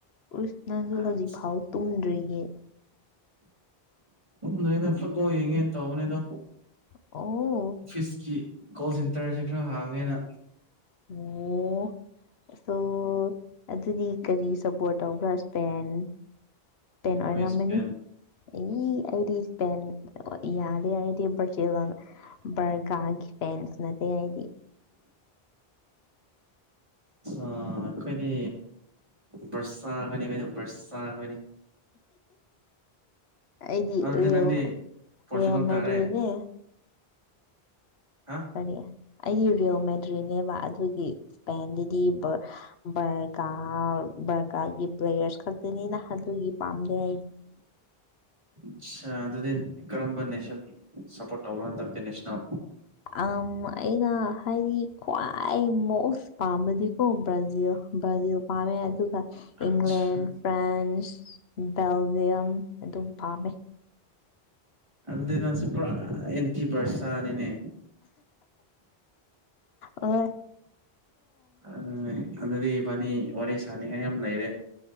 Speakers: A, on the left (about 75°); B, on the right (about 30°).
A: ꯎꯁ ꯅꯪꯁꯨ
B: ꯑꯁ
A: ꯍꯧꯖꯤꯛꯐꯥꯎ ꯇꯨꯝꯗ꯭ꯔꯤꯌꯦ
B: ꯅꯣꯏꯩꯅ ꯐꯨꯠꯕꯣꯜ ꯌꯦꯡꯉꯦꯅ ꯇꯧꯕꯅꯦ ꯑꯗꯣ
A: ꯑꯣ
B: ꯑꯣꯐꯤꯁꯀꯤ ꯀꯣꯜ ꯁꯦꯟꯇꯔꯁꯦ ꯈꯔ ꯍꯥꯡꯉꯦꯅ
A: ꯑꯣ ꯁꯣ ꯑꯗꯨꯗꯤ ꯀꯔꯤ ꯁꯞꯄꯣꯔꯠ ꯇꯧ ꯒ꯭ꯔꯁꯄꯦꯟ ꯇꯦꯟ
B: ꯍꯣꯏ
A: ꯑꯣꯏꯔꯝꯃꯅꯤ
B: ꯏꯁꯄꯦꯟ
A: ꯑꯩꯗꯑꯩꯗꯤ ꯁꯄꯦꯟ ꯌꯥꯗꯦ ꯑꯩꯗꯤ ꯕꯔꯖꯤꯜ ꯑꯣꯏꯅ ꯕꯔꯒꯥꯒꯤ ꯐꯦꯟ ꯅꯠꯇꯦ ꯑꯩꯗꯤ
B: ꯑꯥꯠꯁꯥ ꯑꯩꯈꯣꯏꯗꯤ ꯕꯔꯁꯥꯈꯣꯏꯅꯤ ꯑꯩꯈꯣꯏꯗꯤ ꯕꯔꯁꯥ ꯈꯈꯣꯏꯅꯤ
A: ꯑꯩꯗꯤ
B: ꯑꯗꯨꯗꯤ
A: ꯔꯦꯜ
B: ꯅꯪꯗꯤ ꯄꯣꯔꯆꯨꯒꯜ
A: ꯔꯦꯜ ꯃꯦꯗ꯭ꯔꯤꯠꯅꯦ
B: ꯇꯥꯔꯦ ꯍꯥ
A: ꯀꯔꯤ ꯑꯩꯗꯤ ꯔꯦꯜ ꯃꯦꯗ꯭ꯔꯤꯠꯅꯦꯕ ꯑꯗꯨꯒꯤ ꯄꯦꯟ ꯗꯗꯤ ꯚꯥꯠ ꯕꯔꯒꯥ ꯕꯔꯒꯥꯔꯒꯤ ꯄ꯭ꯂꯦꯌꯔꯁ ꯈꯛꯇꯅꯤꯅ ꯑꯗꯨꯒꯤ ꯄꯥꯝꯗꯦ ꯑꯩ
B: ꯑꯠꯆꯥ ꯑꯗꯨꯗꯤ ꯀꯔꯝꯕ ꯅꯦꯁꯟ ꯁꯞꯄꯣꯔꯠ ꯇꯧꯕꯅꯣ ꯍꯟꯗꯛꯇꯤ ꯅꯦꯁꯅꯦꯜ
A: ꯑ ꯑꯩꯅ ꯍꯥꯏꯗꯤ ꯈ꯭ꯋꯥꯏ ꯃꯣꯁ ꯄꯥꯝꯕꯗꯤꯀꯣ ꯕ꯭ꯔꯥꯖꯤꯜ ꯕ꯭ꯔꯥꯖꯤꯜ ꯄꯥꯝꯃꯦ ꯑꯗꯨꯒ
B: ꯑꯠꯆꯥ
A: ꯏꯪꯂꯦꯟ ꯐ꯭ꯔꯥꯟꯁ ꯕꯦꯜꯖꯤꯌꯝ ꯑꯗꯨꯝ ꯄꯥꯝꯃꯦ
B: ꯑꯗꯨꯗꯤ ꯅꯪꯁꯦ ꯄꯨꯔꯥ ꯑꯦꯟꯇꯤꯕꯔꯁꯥ ꯅꯤꯅꯦ
A: ꯑꯣ
B: ꯑꯗꯨꯅꯦ ꯑꯗꯨꯗꯤ ꯏꯕꯥꯅꯤ ꯋꯥꯔꯤ ꯁꯥꯅꯤꯡꯉꯥꯏ ꯌꯥꯝ ꯂꯩꯔꯦ